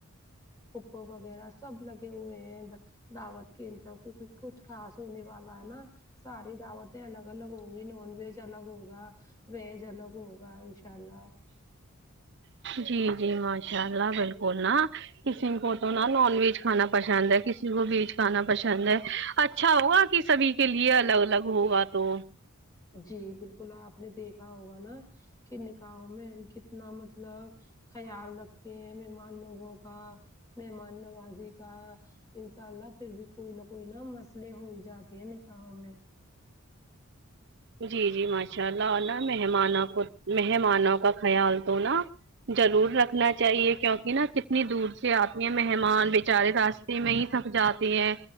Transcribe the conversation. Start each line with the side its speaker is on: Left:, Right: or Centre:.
Left: پھو پو وغیرہ سب لگے ہوئے ہیں دعوت کے کیونکہ کچھ خاص ہونے والا ہے نا ساری دعوتیں الگ الگ ہوں گی نان ویج الگ ہوگا و یچ الگ ہوگا انشاء اللہ
Right: جی جی ماشاء اللہ بالکل نا کسی کو تو نا نان ویج کھانا پسند ہے کسی کو ویج کھانا پسند ہے اچھا اچھا ہوا کہ سبھی کے لیے الگ الگ ہوگا تو
Left: جی بالکل آپ نے دیکھا ہوگا نا کہ نکاحوں میں ہم کتنا مطلب خیال رکھتے ہیں مہمان لوگوں کا مہمان نوازی کا انشاء اللہ پھر بھی کوئی نہ کوئی نہ مسئلے ہو ہی جاتے ہیں نکاحوں میں
Right: جی جی ماشاء اللہ اور نہ مہمانوں کو مہمانوں کا خیال تو نا ضرور رکھنا چاہیے کیونکہ نا کتنی دور سے آ تے یہ مہمان بےچارے راستے میں ہی تھک جاتے ہیں